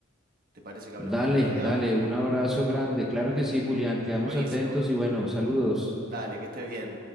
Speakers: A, on the right; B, in the centre.
A: ¿Te parece que hablemos
B: Dale,
A: el otro día?
B: dale, un abrazo grande. Claro que sí, Julián, quedamos
A: Buenísimo.
B: atentos y bueno, saludos.
A: Dale, que estés bien.